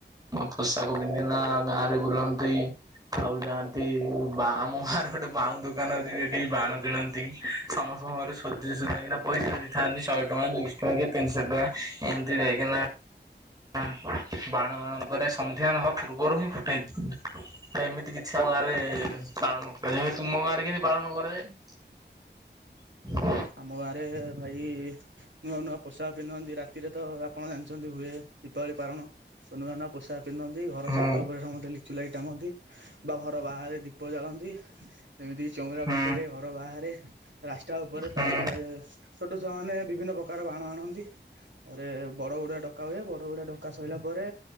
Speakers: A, on the right; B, on the right.
A: ପୋଷାକ ପିନ୍ଧିକିନା ଗାଁରେ ବୁଲନ୍ତି। ଆଉ ଯାଆନ୍ତି ବା ଆମ ଗାଁରେ ଗୋଟେ ବାଉଁ ଦୋକାନ ଅଛି ସେଠିକି ବାଣ କିଣନ୍ତି। ସମସ୍ତଙ୍କ ଘରେ ସୋଦି ସୁଦାକିନା ପଇସା ଦେଇଥାନ୍ତି ଶହେ ଟଙ୍କା, ଦୁଇଶହ ଟଙ୍କା, କିଏ ତିନିଶହ ଟଙ୍କା। ଏନ୍ତି ଯାଇକିନା <unintelligible> ବାଣ ବାଣ ପରେ ସନ୍ଧ୍ୟା ନହବା ପୂର୍ବରୁ ହିଁ ଫୁଟାଇ ଦେଇନ୍ତି। ପ୍ରାୟେ ଏମିତି କିଛି ଆମ ଗାଁରେ ଏ ପାଳନ କରାଯାଏ। ଭାଇ ତୁମ ଗାଁରେ କେମିତି ପାଳନ ନ କରାଯାଏ? <inaudible>
B: ଆମ ଗାଁରେ ଭାଇ ନୂଆ ନୂଆ ପୋଷାକ ପିନ୍ଧନ୍ତି ରାତିରେ ତ ଆପଣ ଜାଣିଚନ୍ତି ହୁଏ ଦୀପାବଳି ପାଳନ। ନୂଆ ନୂଆ ପୋଷାକ ପିନ୍ଧନ୍ତି, ଘର
A: ହୁଁ
B: ଛାତ ଉପରେ ସମସ୍ତେ ଲିଚୁ ଲାଇି ଟାଙ୍ଗନ୍ତି, ବା ଘର ବାହାରେ ଦୀପ ଜାଳନ୍ତି। ଏମିତିକି ଚଉରା
A: ହୁଁ
B: ପାଖେରେ, ଘର ବାହାରେ, ରାଷ୍ଟା ଉପରେ।
A: ହୁଁ
B: ଏ ଛୋଟ ଛୁଆ ମାନେ ବିଭିନ୍ନ ପକାର ବାଣ ଆଣନ୍ତି। ତାପରେ ବଡ ବଡ଼ୁଆ ଡକ କା ହୁଏ। ବଡ ବଡୁଆ ଡକା ସଇଲା ପରେ